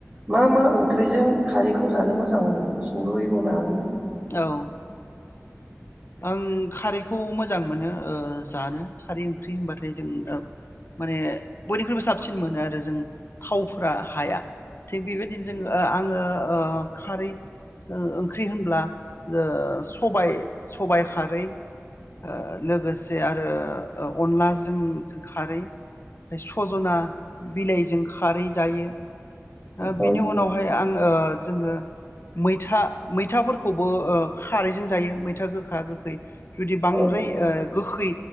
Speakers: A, on the right; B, on the left.
A: मा मा ओंख्रिजों खारैखौ जानो मोजां मोनो सुंद'यै बुंनो हागोनना?
B: औ ओ आं खारैखौ मोजां मोनो ओ जानो खारै ओंख्रि होनबाथाय जों माने बयनिख्रुइबो साबसिन मोनो आरो जों थावफोरा हाया थिग बेबायदिनो जों आङो ओ खारै ओ ओंख्रि होनब्ला। जो सबाय सबाय। खारै। ओ लोगो से आरो ओ अनलाजों जों खारै ओमफ्राय सजना बिलाइजों खारै जायो ओ
A: औ
B: बिनि उनावहाय आं ओ जोङो मैथा मैथाफोर खौबो ओ खारैजों जायो मैथा गोखा गोखै जुदि बांद्राय
A: औ
B: ओ गोखै